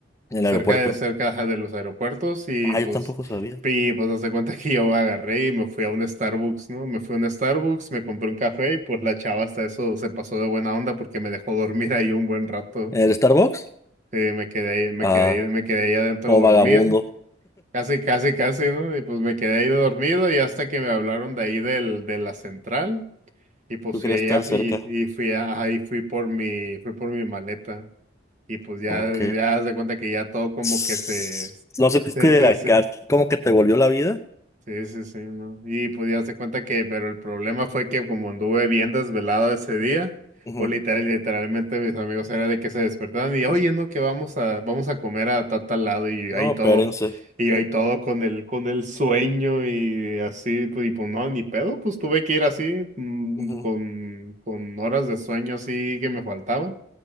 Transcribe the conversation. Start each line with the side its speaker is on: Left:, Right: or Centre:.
Left: En el
Right: cerca
Left: aeropuerto.
Right: de cerca ajá, de los aeropuertos y
Left: Ah,
Right: pues
Left: yo tampoco sabía.
Right: y pues hazte cuenta que yo agarré y me fui a un Starbucks, ¿no? Me fui a un Starbucks, me compré un café y pues la chava hasta eso se pasó de buena onda porque me dejó dormir ahí un buen rato.
Left: ¿En el Starbucks?
Right: Sí, me quedé ahí, me
Left: Ah,
Right: quedé ahí, me quedé ahí adentro
Left: como
Right: dormido.
Left: vagabundo.
Right: Casi, casi, casi, ¿no? Y pues me quedé ahí dormido y hasta que me hablaron de ahí del, de la central. Y pues
Left: Tú querías
Right: fui allá
Left: estar cerca.
Right: y, y fui a- ahí fui por mi, fui por mi maleta. Y pues ya,
Left: ¿O qué?
Right: ya haz de cuenta que ya todo como
Left: Ss.
Right: que se,
Left: ¿No sentiste
Right: se, se,
Left: acá
Right: se,
Left: como que te volvió la vida?
Right: Sí, sí, sí, ¿no? Y pues ya se cuenta que, pero el problema fue que como anduve bien desvelado ese día,
Left: Ujú.
Right: pues literal, literalmente mis amigos era de que se despertaban y, oye, no, que vamos a, vamos a comer a ta- tal lado y ahí
Left: No,
Right: todo,
Left: espérense.
Right: y ahí todo con el, con el sueño y así, pues, y pues no, ni pedo, pues tuve que ir así, mm,
Left: Ujú,
Right: con, con horas de sueño así que me faltaban.